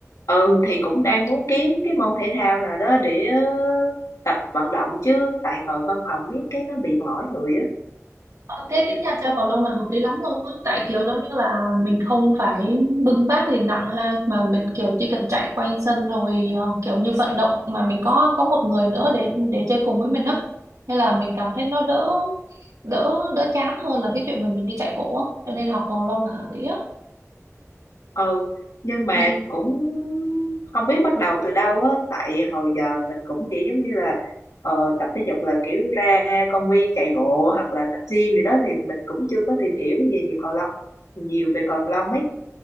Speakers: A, on the left (about 80°); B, on the right (about 85°).
A: ừ thì cũng đang muốn kiếm cái môn thể thao nào đó để ờ, tập vận động chứ tại ngồi văn phòng biết cái nó bị mỏi người á
B: Ờ, Thế tính ra chơi cầu lông là hợp lý lắm luôn á tại kiểu giống như là mình không phải bưng bát gì nặng ha mà mình kiểu chỉ cần chạy quanh sân rồi ờ, kiểu như vận động mà mình có có một người nữa để để chơi cùng với mình á nên là mình cảm thấy nó đỡ đỡ đỡ chán hơn là cái chuyện mà mình đi chạy bộ á cho nên là học cầu lông là hợp lý á
A: ừ nhưng mà
B: ừ.
A: cũng không biết bắt đầu từ đâu á tại hồi giờ mình cũng chỉ giống như là ờ, tập thể dục là kiểu ra công viên chạy bộ hoặc là tập gym gì đó thì mình cũng chưa có tìm hiểu về nhiều cầu lông nhiều về cầu lông ấy